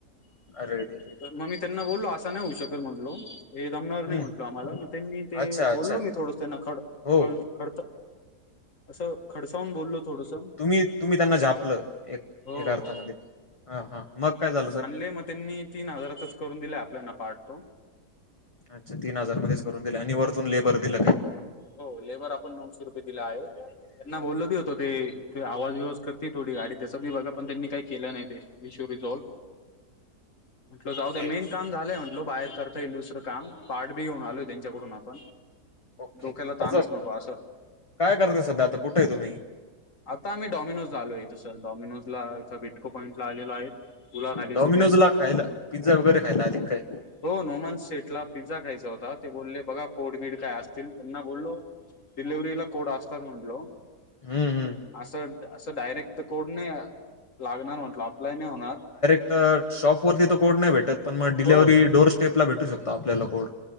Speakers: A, on the left; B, on the left.
A: अरे रे रे!
B: तर मग मी त्यांना बोललो असं नाही होऊ शकत म्हंटलो हे जमणार नाही
A: हं.
B: म्हंटलो आम्हाला, मग त्यांनी ते
A: अच्छा,
B: बोललो
A: अच्छा.
B: मी थोडंस त्यांना खड
A: हो.
B: खळून. खडतं असं खडसाहून बोललो थोडसं.
A: तुम्ही-तुम्ही त्यांना झापलं एक,
B: हो
A: एका अर्थामध्ये
B: हो
A: ह हा मग काय झालं सर
B: नाही मग त्यांनी तीन हजारातच करून दिलाय आपल्याना पार्ट तो.
A: अच्छा! तीन हजार मध्येच करून दिले आणि वरतून लेबर दिला काय.
B: हो लेबर आपण नऊशे रुपये दिला आहे, त्यांना बोललो बी होतो ते ते आवाज बिवाज करती थोडी गाडी त्याच बी बघा पण त्यांनी काही केलं नाही ते विशू रिझॉल्व म्हटलं जाऊद्या
A: ओके
B: मेन काम झालंय म्हंटलो बाहेर करता येईल दुसरं काम पार्ट बी घेऊन आलोय त्यांच्याकडून आपण.
A: ओके
B: ह्याला ताणच
A: असं
B: नको असं.
A: काय करता सध्या आता कुठे आहे तुम्ही
B: आता आम्ही डॉमिनोजलो आहे थेट डॉमनोजला इथ बिटको पॉईंट ला आलेलो आहे उला खाली
A: डॉमिनोज
B: चुबेत.
A: ला खायला पिझ्झा वगैरे खायला आले काय?
B: हो नोमन्स सेट ला पिझ्झा खायचा होता ते बोलले बघा कोडबीड काय असतील? त्यांना बोललो डिलिव्हरीला कोड असतात म्हटलो
A: हम्म हम्म
B: असं असं डायरेक्ट कोड नाही लागणार म्हटलं अप्लाय नाही होणार
A: तर शॉप वरती तर कोड नाही भेटत पण मग डिलेव्हरे
B: हो
A: डोर स्टेप ला भेटू शकतो आपल्याला कोड